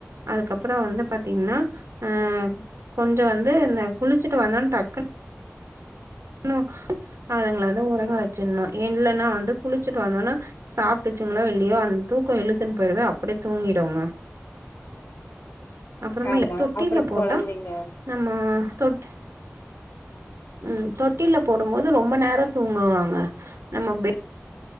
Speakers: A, on the right (about 85°); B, on the left (about 70°).
A: அதுக்கப்புறோ வந்து பாத்தீங்ன்னா அ
B: ம்
A: கொஞ்சோ வந்து இந்த குளிச்சிட்டு வந்தோன்ன டக்குன் னு அதுங்கள வந்து உறங்க வச்சிட்ணு இல்லன்னா வந்து குளிச்சுட்டு வந்தோனா சாப்ட்டுச்சுங்களோ இல்லையோ அந்த தூக்கோ இழுத்துன்னு போயிடுவ அப்டியே தூங்கிடுங்க அப்றமே
B: ஆமா
A: தொட்டில்ல
B: அப்றோ
A: போட்டா
B: கொழந்தைங்க
A: நம்ம தொட் ம் தொட்டில போடும்போது ரொம்ப நேரோ தூங்குவாங்க நம்ம பெ